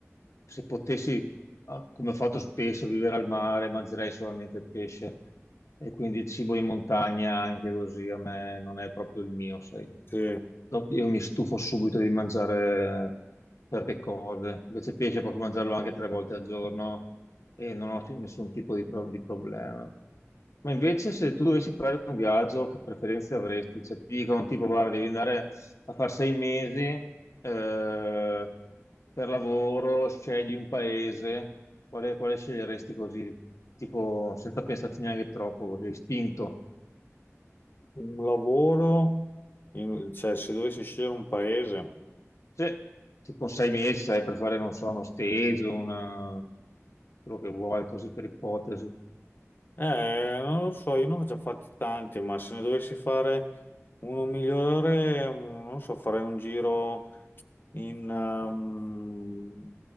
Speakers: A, on the left (about 70°); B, on the left (about 45°).
A: se potessi, ah, come ho fatto spesso, vivere al mare, mangerei solamente il pesce e quindi il cibo in montagna anche così a me non è proprio il mio, sai.
B: Sì.
A: Dopo io mi stufo subito di mangiare certe cose, invece il pesce posso mangiarlo anche tre volte al giorno e non ho nessun tipo di, pro- di problema. Ma invece se tu dovessi fare un viaggio, che preferenze avresti? Cioè ti dicono tipo, guarda, devi andare a fare sei mesi eh, per lavoro, scegli un paese, quale, quale sceglieresti così, tipo senza pensarci neanche troppo, così, spinto?
B: Un lavoro, in- cioè se dovessi scegliere un paese,
A: Sì, tipo sei mesi, sai, per fare, non so, uno stage, una... quello che vuoi, così per ipotesi.
B: eh, non lo so, io ne ho già fatti tanti, ma se ne dovessi fare uno migliore, mm, non so, farei un giro in, ehm,